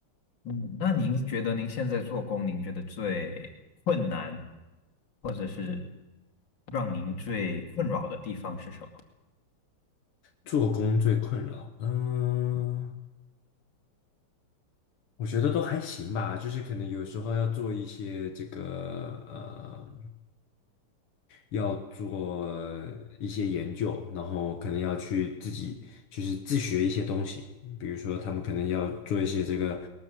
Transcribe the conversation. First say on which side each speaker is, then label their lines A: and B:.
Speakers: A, on the left (about 55°); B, on the left (about 80°).
A: 嗯，那您觉得您现在做工，您觉得最困难，或者是让您最困扰的地方是什么？
B: 做工最困扰，嗯，我觉得都还行吧，就是可能有时候要做一些这个呃要做一些研究，然后可能要去自己就是自学一些东西，比如说他们可能要做一些这个